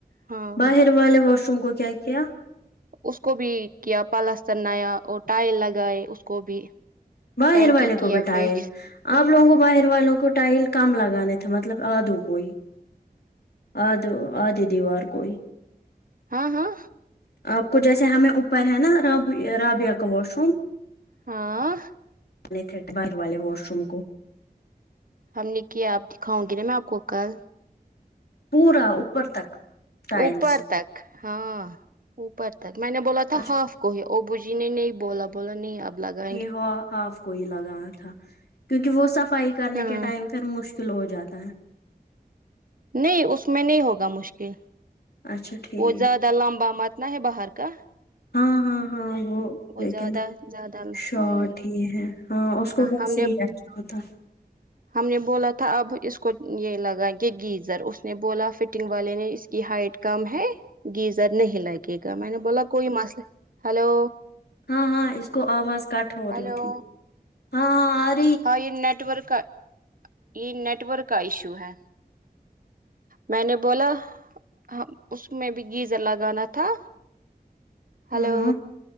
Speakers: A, on the right; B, on the left.
A: ہاں
B: باہر ہو والے واش روم کو کیا
A: اس کو بھی کیا پالستر نیا اور ٹائل لگائے اس کو بھی
B: باہر
A: ٹینکی
B: والے
A: کیا
B: کو بھی ٹایلس
A: فکس
B: آپ لوگوں کو باہر والوں کو ٹائل کم لگانے تھے مطلب آدھو کو ہی آد آدھی دیوار کوئی
A: ہاں ہاں
B: آپ کو جیسے ہمیں اوپر ہے نا راب رابیا واش روم
A: ہاں
B: نے تھبر والے واش روم کو
A: ہم نے کیا آپ دکھاؤں گی نا میں آپ کو کل
B: پورا اوپر تک ٹائلس
A: اوپر تک ہاں اوپر تک میں نے بولا تھا
B: اچھا
A: ہاف کو ہی اوبو جی نے نہیں بولا بولا نہیں اب لگائیں گے
B: آو ہا کوئی لگا تھا کیونکہ وہ صفائی کرنے
A: ہاں
B: کے ٹائم پھر مشکل ہو جاتا ہے
A: نہیں اس میں نہیں ہوگا مشکل
B: اچھا ٹھیک
A: وہ زیادہ لمبا متنا ہے باہر کا
B: ہاں ہاں ہاں وہ لیکن
A: زیادہ زیادہ
B: شو
A: ہم
B: ٹ ہی ہے ہاں اس کو ویسے
A: ہم نے
B: ہی اچھا ہوتا
A: ہم نے بولا تھا اب اس کو یہ لگائیں گے گیزر اس نے بولا فٹنگ والے نے اس کی ہائٹ کم ہے گیزر نہیں لگے گا میں نے بولا کوئی مسئلہ ہلو
B: ہاں ہاں اس کو آواز کٹ ہو رہی
A: ہلو
B: تھی ہاں ہاں آر
A: ہاں یہ نیٹورک کا یہ نیٹورک کا ایشو ہے میں نے بولاہاں اس میں بھی گیزر لگانا تھا ہیلو
B: ہوں ہوں